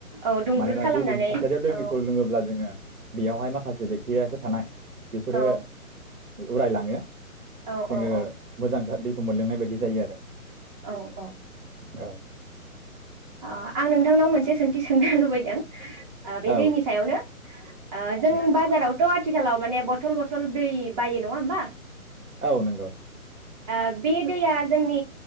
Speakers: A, on the right; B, on the right.
A: औ दुंब्रुद
B: मानोना
A: खालामनानै
B: गुदुं थासारियाव दैखौ
A: औ
B: लोङोब्ला जोङो बेयावहाय माखासे बेकटेरियाफोर थानाय । बेफोरो
A: औ
B: उरायलाङो।
A: औ
B: जोङो
A: औ औ
B: मोजांथार दैखौ मोनलोंनाय बायदि जायो आरो
A: औ औ ।
B: औ
A: अ आं नोंथांनाव मोनसे सोंथि सोंनोसो लुबैदों ओ बे
B: औ
A: दैनि
B: दे
A: सायावनो ओ जों
B: औ
A: बाजाराव थ' आथिखालाव माने बथल बथल दै बायो नङा होमबा?
B: औ नंगौ ।
A: ओ बे दैया जोंनि